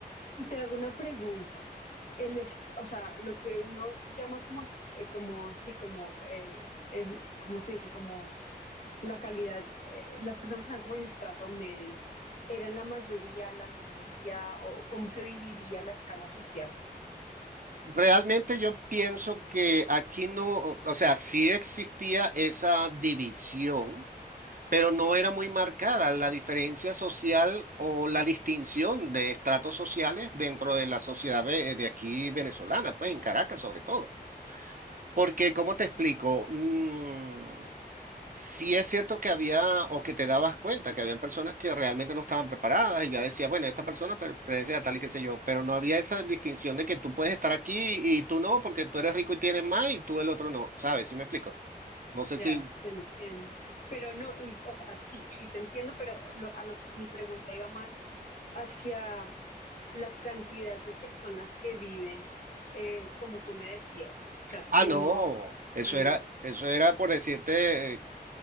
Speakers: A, on the left; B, on the right.
A: Y te hago una pregunta. El es- o sea, lo que uno llama como, es- eh, como sí, como, eh, es- ¿cómo se dice? Como la calidad, eh, las personas que están como en el estrato medio, ¿eran la mayoría, la minoría o, o cómo se dividía la escala social?
B: Realmente yo pienso que aquí no, o sea, sí existía esa división, pero no era muy marcada la diferencia social o la distinción de estratos sociales dentro de la sociedad ve- de aquí venezolana, pues en Caracas sobre todo. Porque, ¿cómo te explico? Mm, sí es cierto que había, o que te dabas cuenta, que habían personas que realmente no estaban preparadas y ya decías, bueno, esta persona pertenece a tal y qué sé yo, pero no había esa distinción de que tú puedes estar aquí y tú no, porque tú eres rico y tienes más y tú el otro no, ¿sabes? ¿Sí me explico? No sé
A: Ya,
B: si...
A: te entiendo. Pero no, y, o sea, sí, sí te entiendo, pero lo- a lo, mi pregunta iba más hacia la cantidad de personas que viven, eh, como tú me decías, o sea,
B: Ah,
A: que
B: no,
A: no, como
B: eso
A: en-
B: era, eso era por decirte, eh,